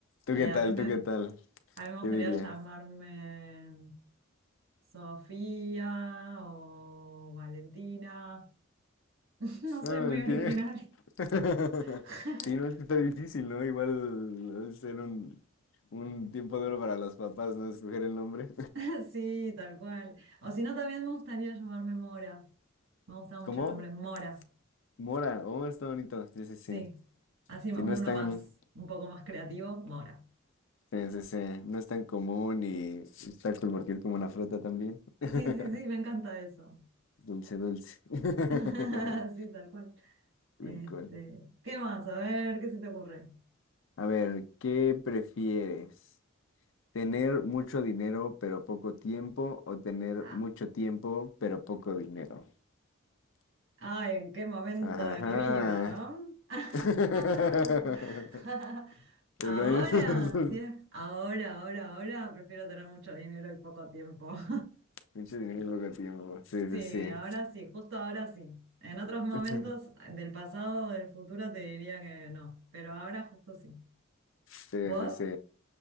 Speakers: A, on the left; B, on the right.
A: ¿Tú
B: Eh,
A: qué tal?
B: a mí me,
A: ¿Tú qué
B: a
A: tal?
B: mí me gustaría
A: ¿Qué dirías?
B: llamarme Sofía o Valentina. <laughs> No soy
A: Ah,
B: muy
A: mentira.
B: original.
A: <laughs>
B: <laughs>
A: Sí, no, es que está difícil, ¿no? Igual es ser un, un tiempo duro para los papás, ¿no? Escoger el nombre.
B: <laughs> Sí, tal cual. O si no, también me gustaría llamarme Mora. Me
A: <laughs>
B: gusta mucho
A: ¿Cómo?
B: el nombre Mora.
A: Mora. Oh, está bonito. Sí, sí,
B: Sí.
A: sí.
B: Así uno
A: Sí, no es tan,
B: más, un poco más creativo, Mora.
A: sí, sí, sí, No es tan común y está cool porque es como una fruta también. <laughs>
B: Sí, sí, sí, me encanta eso.
A: Dulce, dulce. <laughs>
B: <laughs> Sí, tal cual.
A: Cool,
B: Este,
A: cool.
B: ¿qué más? A ver, ¿qué se te ocurre?
A: A ver, ¿qué prefieres? ¿Tener mucho dinero pero poco tiempo o tener
B: Ah,
A: mucho tiempo pero poco dinero?
B: ay, ¿en qué momento
A: Ajá.
B: de mi vida, no? <laughs>
A: <laughs>
B: Ahora,
A: El baño de los dos.
B: si es ahora, ahora, ahora, prefiero tener mucho dinero y poco tiempo. <laughs>
A: Mucho dinero y poco tiempo. Sí,
B: Sí,
A: sí,
B: ahora sí, justo ahora sí. En otros momentos
A: sí. <laughs>
B: del pasado o del futuro te diría que no, pero ahora justo sí.
A: Sí,
B: ¿Vos?
A: sí, sí.